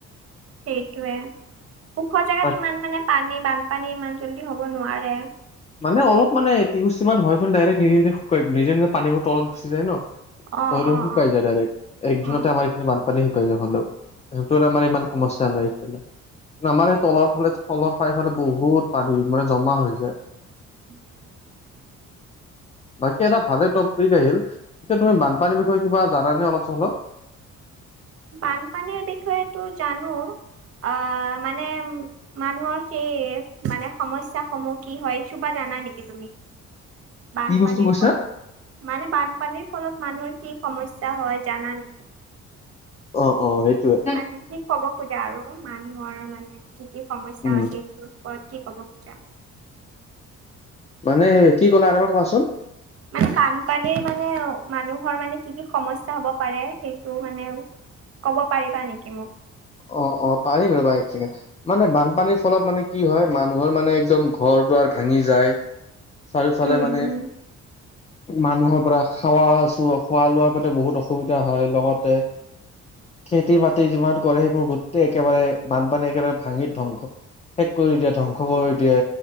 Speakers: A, on the right (about 50°); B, on the left (about 20°).
A: সেইটোৱে। ওখ জোগাত
B: তাত
A: ইমান মানে পানী বানপানী ইমান জল্দি হ'ব নোৱাৰে।
B: মানে অলপ মানে <unintelligible> হয়, মানে ডাইৰেক্ট নিজে-নিজে শুকাই নিজে, নিজে পানীবোৰ তলত গুচি যায় ন!
A: অ',
B: <unintelligible>
A: অ',
B: শুকাই
A: অ'।
B: যায় ডাইৰেক্ট, একদিনতে
A: অ',
B: আমাৰ বানপানী শুকাই যায় হ'লেও, সেইটোত আমাৰ ইমান সমস্যা নাই এইফালে। আমাৰ এই তলৰ ফালে তলৰ ফাইফালে বহুত পানী মানে জমা হৈ যায়।
A: <inaudible>
B: বাকী এটা ভালে টপিক আহিল, তুমি বানপানীৰ বিষয়ে কিবা জানানে অলপ চলপ? <inaudible>
A: বানপানীৰ বিষয়েটো জানো, আ, মানে মানুহৰ সেই মানে সমস্যা সমূহ কি হয়, এইসোপা জানা নেকি তুমি? বানপানীৰ
B: কি বস্তু কৈছা
A: ফলত, মানে বানপানীৰ ফলত মানুহৰ কি সমস্যা হয় জানা নেকি?
B: অ', অ', সেইটোয়ে,
A: মানে কি ক'ব খোজা আৰু মানুহৰ মানে কি কি সমস্যা
B: উম
A: হয় সেই তোৰ ওপৰত কি ক'ব খোজা?
B: মানে হে কি ক'লা আৰু এবাৰ কোৱাচোন।
A: মানে বানপানীৰ মানে, মানুহৰ মানে কি কি সমস্যা হব পাৰে, সেইটো মানে ক'ব পাৰিবা নেকি মোক?
B: অ' অ' পাৰিম ৰ'বা এক ছেকেণ্ড, মানে বানপানীৰ ফলত মানে কি হয়, মানুহৰ মানে একদম ঘৰ দুৱাৰ ভাঙি যায়, চাৰিওফালে
A: উম
B: মানে
A: উম।
B: মানুহৰ পৰা খাৱা চু খোৱা লোৱাৰ মানে বহুত অসুবিধা হয়। লগতে খেতি বাতি যিমান কৰে সেইবোৰ গোটেই একেবাৰে বানপানীয়ে একেবাৰে ভাঙি ধ্বংস শেষ কৰি দিয়ে, ধ্বংস কৰি দিয়ে,